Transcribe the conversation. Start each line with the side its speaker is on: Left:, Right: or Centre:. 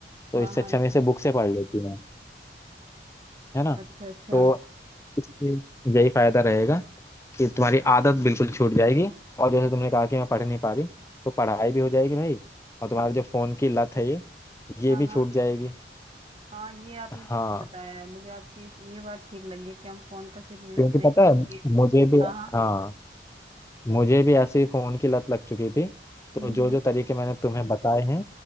Left: तो
Right: हाँ
Left: इससे
Right: हाँ
Left: अच्छा मैं इसे बुक से पढ़ लेती हूँ है ना
Right: अच्छा अच्छा
Left: तो इससे यही फायदा रहेगा कि तुम्हारी आदत बिल्कुल छूट जाएगी और जैसे तुमने कहा कि मैं पढ़ नहीं पा रही तो पढ़ाई भी हो जाएगी भाई और तुम्हारा जो फोन की लत है ये ये
Right: हाँ
Left: भी
Right: हाँ
Left: छूट जाएगी
Right: हाँ ये आपने ठीक
Left: हाँ
Right: बताया है मुझे आपकी इस- ये बात ठीक लगी कि हम फोन का सिर्फ रील्स
Left: क्योंकि
Right: देखने
Left: पता है
Right: के लिए भी
Left: मुझे भी
Right: हाँ हाँ
Left: हाँ मुझे भी ऐसे ही फोन की लत लग चुकी थी तो
Right: हम्म
Left: जो
Right: हम्म
Left: जो तरीके मैंने तुम्हें बताए हैं